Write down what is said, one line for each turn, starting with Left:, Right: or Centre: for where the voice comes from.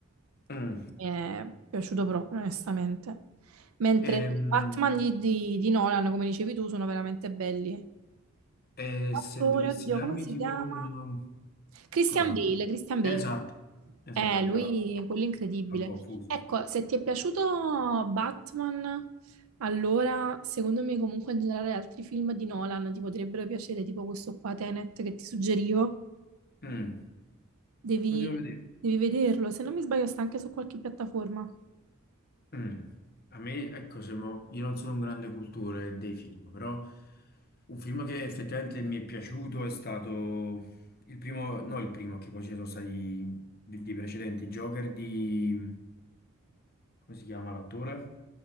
Left: Mm.
Right: mi è piaciuto proprio, onestamente. Mentre
Left: Ehm,
Right: i Batman di, di- di Nolan, come dicevi tu, sono veramente belli.
Left: E,
Right: Attore,
Left: se dovessi
Right: oddio,
Left: darmi
Right: come si
Left: tipo
Right: chiama?
Left: un...
Right: Christian
Left: cosa?
Right: Bale, Christian Bale.
Left: Esatto, esatto,
Right: Eh, lui,
Left: bravo,
Right: quello incredibile.
Left: ho confuso.
Right: Ecco, se ti è piaciuto Batman, allora secondo me comunque in generale altri film di Nolan ti potrebbero piacere, tipo questo qua Tenet che ti suggerivo.
Left: Mm.
Right: Devi,
Left: Lo devo vedere.
Right: devi vederlo, se non mi sbaglio sta anche su qualche piattaforma.
Left: Mm. A me, ecco, se mo- io non sono un grande cultore dei film, però un film che effettivamente mi è piaciuto è stato il primo, no il primo, che poi ce ne sono stati di, di precedenti, Joker di... come si chiama l'attore?